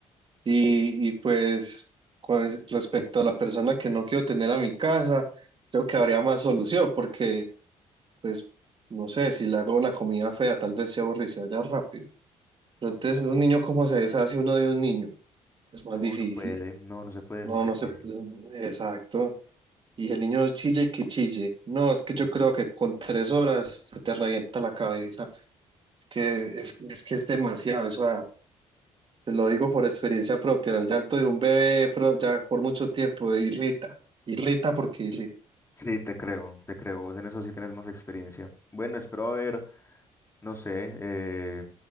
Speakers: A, on the right; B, on the left.
A: Y, y pues con respecto a la persona que no quiero tener a mi casa, creo que habría más solución porque, pues, no sé, si le hago una comida fea, tal vez se aburre y se vaya rápido. Pero entonces, un niño, ¿cómo se deshace uno de un niño? Es más
B: No,
A: difícil.
B: no puede, no, no se puede deshacer
A: No, no sé,
B: de él.
A: exacto. Y el niño chille que chille. No, es que yo creo que con tres horas se te revienta la cabeza. Es que es, es que es demasiado eso. da Te lo digo por experiencia propia, el llanto de un bebé pro- ya por mucho tiempo irrita, irrita porque irrita.
B: Sí, te creo, te creo. Vos en eso sí tenés más experiencia. Bueno, espero haber, no sé, eh,